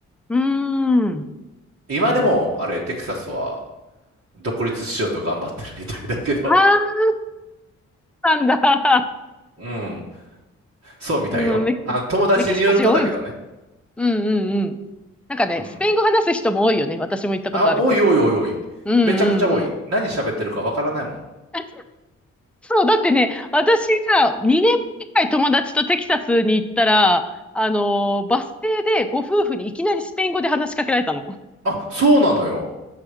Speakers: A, in the centre; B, on the right.
A: うん。うーん。
B: 今でも、
A: なるほど。
B: あれ、テキサスは独立しようと頑張ってるみたいだけど、
A: あ
B: <laughs>
A: あ、なんだ。<laughs>
B: うん、そうみたいよ。
A: うん、メキ、
B: あの、友達によるとだけどね。
A: メキシカ人多いです。うんうんうん。なんかね、
B: うん。
A: スペイン語話す人も多いよね。私も行ったことあるけど。
B: あ、おいおいおいおい。
A: うんうんうん。
B: めちゃくちゃ多い。何喋ってるかわからないもん。
A: <laughs> そう、だってね、私さ、2年前くらい友達とテキサスに行ったら、あのーバス停でご夫婦にいきなりスペイン語で話しかけられたの。
B: あ、そうなのよ。